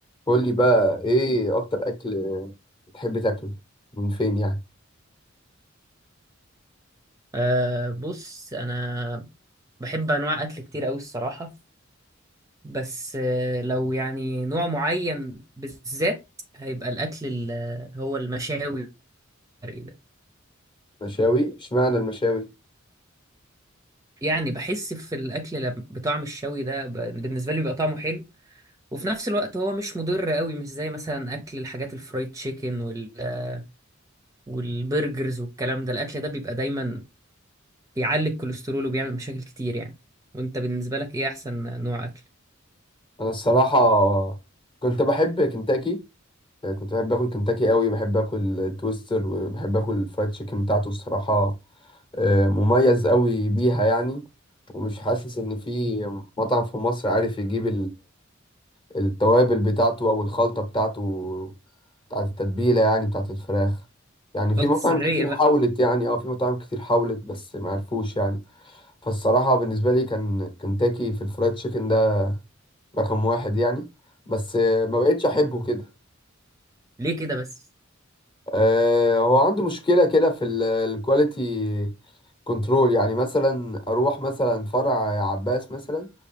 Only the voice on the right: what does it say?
أه بص انا بحب انواع اكل كتير قوي الصراحه بس أه لو يعني نوع معين بالذات هيبقى الاكل ال- هو المشاوي والحرق ده
يعني بحس في الاكل لم- بطعم الشوي ده ب- بالنسبه لي بيبقى طعمه حلو وفي نفس الوقت هو مش مضر قوي مش زي مثلا اكل الحاجات الفرايد تشيكن وال آه، والبرجرز والكلام ده الاكل ده بيبقى دايما بيعلي الكوليسترول وبيعمل مشاكل كتير يعني وانت بالنسبه لك ايه احسن نوع اكل
الخلطه
السريه
بقى
ليه كده بس